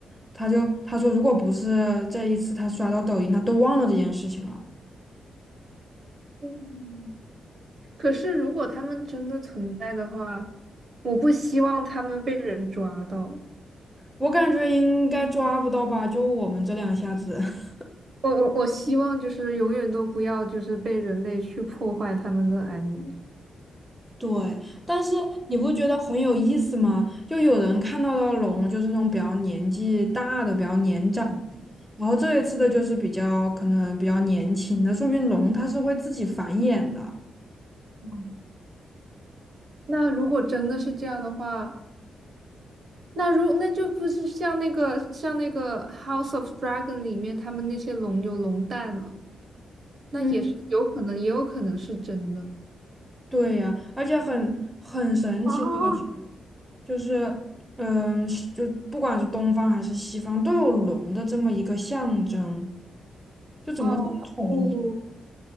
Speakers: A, in the centre; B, on the right.
A: 她就她说，如果不是这一次她刷到抖音，她都忘了这件事情了。
B: 嗯，可是如果他们真的存在的话，我不希望他们被人抓到。
A: 我感觉应该抓不到吧，就我们这两下子。<laughs>
B: 我我我希望就是永远都不要就是被人类去破坏他们的安宁。
A: 对，但是你不觉得很有意思吗？就有人看到的龙就是那种比较年纪大的、比较年长的然后这一次的就是比较可能比较年轻的，说明龙它是会自己繁衍的。
B: 嗯那如果真的是这样的话，那如那就不是像那个像那个《House of Dragon》里面他们那些龙有龙蛋了，那也是有可能，
A: 嗯，
B: 也有可能是真的。
A: 对呀，而且很很神奇的一句，
B: 啊，
A: 就是嗯，是就不管是东方还是西方，都有龙的这么一个象征，就怎么这么统一？
B: 好酷